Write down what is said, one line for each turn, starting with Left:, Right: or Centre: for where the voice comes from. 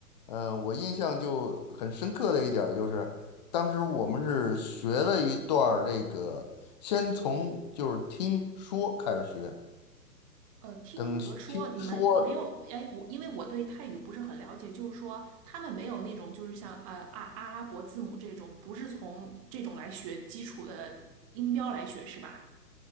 Left: 嗯、我印象就很深刻的一点儿就是，当时我们是学了一段儿这个，先从就是听说开始学，
Right: 呃，听和说你们没有，
Left: 等听说。
Right: 哎，我因为我对泰语不是很了解，就是说他们没有那种就是像呃阿阿拉伯字母这种，不是从这种来学基础的音标来学是吧？